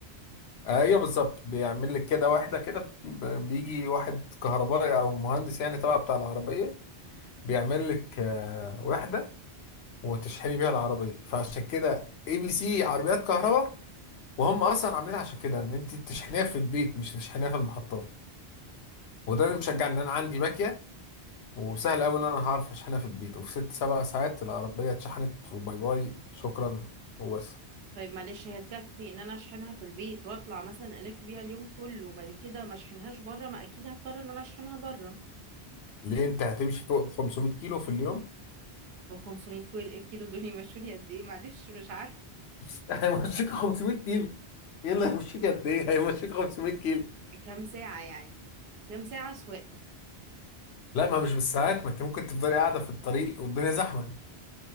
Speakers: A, on the left (about 70°); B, on the right (about 70°).
A: ايوه بالظبط بيعمل لك كده واحده كده ب- بيجي واحد كهربائي او مهندس يعني تبع بتاع العربيه بيعمل لك آه، واحده وتشحني بيها العربيه فعشان كده اي بي سي عربيات كهرباء وهم اصلا عاملينها عشان كده ان انت تشحنيها في البيت مش تشحنيها في المحطات وده اللي مشجعني ان انا عندي باكيه وسهل قوي ان انا هعرف اشحنها في البيت وفي ست سبع ساعات العربيه اتشحنت وباي باي شكرا وبس
B: طيب معلش هي تكفي ان انا اشحنها في البيت واطلع مثلا الف بيها اليوم كله وبعد كده ما اشحنهاش بره ما اكيد هضطر ان انا اشحنها بره
A: ليه انت هتمشي فوق ال 500 كيلو في اليوم
B: هو 500 كيلو <laughs> الكيلو دول يمشوني قد ايه معلش مش عارفه
A: <laughs> هيمشيك 500 كيلو ايه اللي هيمشيك قد ايه هيمشيك 500 كيلو
B: كام ساعه يعني كام ساعه سواقه
A: لا ما مش بالساعات ما انت ممكن تفضلي قاعده في الطريق والدنيا زحمه